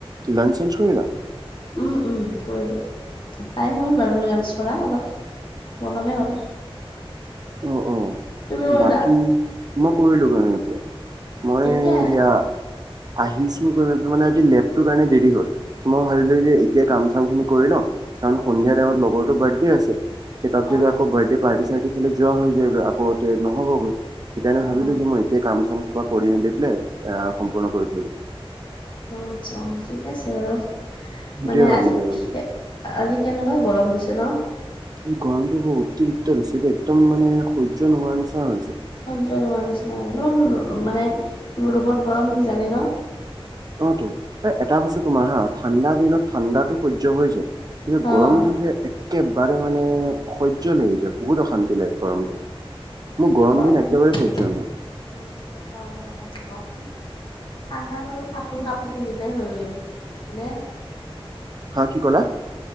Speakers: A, on the right; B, on the left.
A: লাঞ্চ চাঞ্চ কৰিলা
B: উম উম কৰিলো টাইম হ'ল বাৰু লাঞ্চ কৰা অলপ পলমে হ'ল
A: অ' অ',
B: তুমি কৰিলা
A: বাকী মই কৰিলো বাৰু এতিয়া ম
B: এতিয়া
A: এআ আহিছো মানে আজি নেটটোৰ কাৰণে দেৰি হল মই ভাবিলো যে এতিয়া কাম চাম খিনি কৰি লও কাৰণ সন্ধিয়া টাইমত লগৰটোৰ বাৰ্থডে আছে সে তাত
B: অ',
A: যদি আকৌ বাৰ্থডে পাৰ্টি চাৰ্টি ফালে যোৱা হৈ যায় গৈ আকৌ তঞ নহ'বগৈ সেইকাৰণে ভাবিলো
B: অ',
A: যে মই গোটেই কাম চাম সোপা কৰি লৈ পেলে এ সম্পূৰ্ণ কৰি থৈ দিও
B: অ আচ্ছা ঠিকে আছে বাৰু
A: সেইটোৱে
B: মানে
A: ভাবিলো
B: আজি
A: আৰু।
B: আজি কেনেকুৱা গৰম দিছে ন
A: এই গৰমটো বহুত অতিৰিক্ত দিছে দেই একদম মানে সহ্য নোহোৱাৰ নিচিনা হৈছে
B: সহ্য নোহোৱাৰ নিচিনা একদম মানে ৰুমত গৰম কিজানি ন
A: অতো এ এটা বস্তু তোমাৰ হা ঠাণ্ডা দিনত ঠাণ্ডাতো সহ্য হৈ যায় কিন্তু
B: অ',
A: গৰমটো যে একেবাৰে মানে অসহ্য লাগি যায় বহুত অশান্তি লাগে গৰমটো মোৰ গৰম
B: গৰমটো
A: দিন একেবাৰে সহ্য
B: গৰমটো
A: নহয়।
B: অশান্তি পাও ঠাণ্ডা বাৰু কাপোৰ চাপোৰ পিন্ধিলে হৈ গ'ল হয়নে
A: হা কি ক'লা